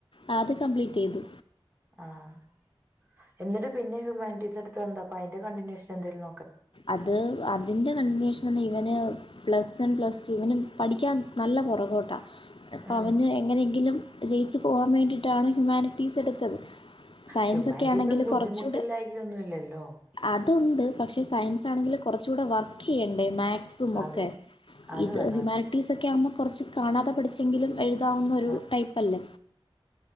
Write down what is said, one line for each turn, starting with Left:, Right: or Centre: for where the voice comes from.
Left: ആഹ് അത് കംപ്ലീറ്റെയ്തു.
Right: ആഹ് എന്നിട്ട് പിന്നെ ഹ്യൂമാനിറ്റീസ് എടുത്തന്ന് അപ്പ അയ്ന്റെ കണ്ടുന്യേഷൻ എന്തെലും
Left: അത് അതിന്റെ കണ്ടുന്യേഷനൊന്നും ഇവന്. പ്ലസ് വൺ പ്ലസ് ടുവിന് പഠിക്കാൻ നല്ല പൊറകോട്ടാ അപ്പോ
Right: ഉം
Left: അവന് എങ്ങനെങ്കിലും. ജയിച്ച് പോവാൻ വേണ്ടിട്ടാണ് ഹ്യുമാനിറ്റീസ് എടുത്തത്. സയൻസൊക്കെ
Right: ഹ്യൂമാനിറ്റീസും
Left: ആണെങ്കിൽ
Right: ബുദ്ധിമുട്ടില്ലായികയൊന്നുല്ലല്ലോ.
Left: കുറച്ചുകൂടെ അതുണ്ട് പക്ഷേ സയൻസ് ആണെങ്കിൽ കൊറച്ചൂടെ വർക്കയ്യെണ്ടേ മാത് സും ഒക്കെ
Right: അതെ. അത്
Left: ഇത്
Right: വേണം
Left: ഹ്യുമാനിറ്റീസൊക്കെ
Right: അതെ.
Left: ആവുമ്പോ കൊറച്ച് കാണാതെ പഠിച്ചെങ്കിലും. എഴ്താവുന്ന ഒരു
Right: ആ
Left: ടൈപ്പല്ല.